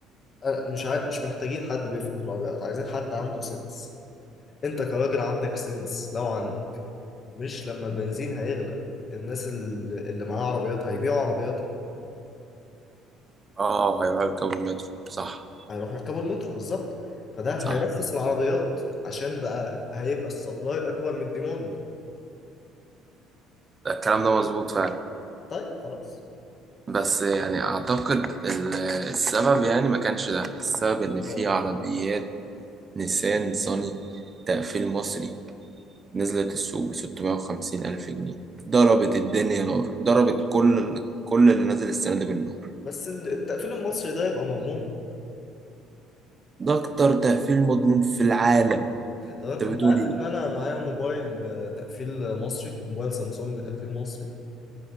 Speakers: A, on the left (about 35°); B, on the right (about 30°).
A: أنا مش عاي... مش محتاجين حد بيفهم في العربيات عايزين حد عنده سنس أنت كراجل عندك سنس لو عندك مش لما البنزين هيغلى الناس اللي, اللي معاها عربيات هيبيعوا عربياتهم
B: اه هيروح يركب المترو صح
A: هيروحوا يركبوا المترو بالظبط فده هيرخص
B: صح
A: العربيات عشان بقى هيبقى السبلاي أكبر من الديموند
B: الكلام ده مظبوط فعلا
A: طيب خلاص
B: بس يعني اعتقد ال- السبب يعني ما كانش ده السبب ان في
A: هو
B: عربيات نيسان صني تقفيل مصري نزلت السوق ب 650 الف جنيه ضربت الدنيا نار ضربت كل كل اللي نزل السنه دي بالنار
A: بس ال- التقفيل المصري ده يبقى مضمون
B: ده اكتر تقفيل مضمون في العالم
A: تمام
B: انت
A: انت
B: بتقول
A: عارف
B: ايه
A: ان انا معايا موبايل آه، تقفيل مصري موبايل سامسونج تقفيل مصري